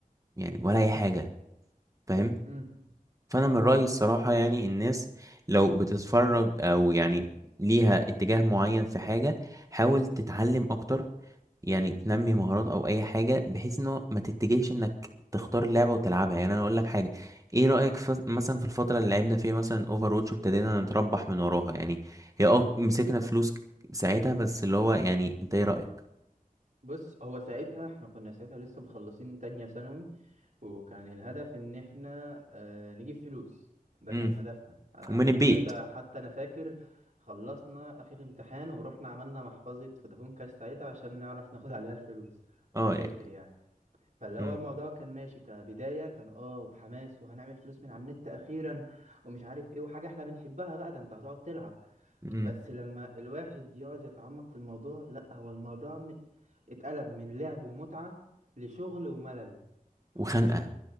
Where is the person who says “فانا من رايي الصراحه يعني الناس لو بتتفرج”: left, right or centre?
Right